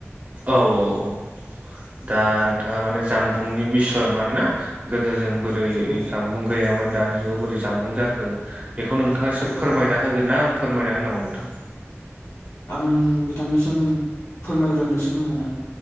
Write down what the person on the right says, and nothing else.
औ औ औ। दा नोंथाङा माने जामबुंनि बिसय मान ना गोदो जों बो बोरै
जामबुं गैयामोन दानि जुगाव बोरै जामबुं जाखो? बेखौ नोंथाङा एसे
फोरमायना होगोन ना आं फोरमायना होनांगौ नोंथां?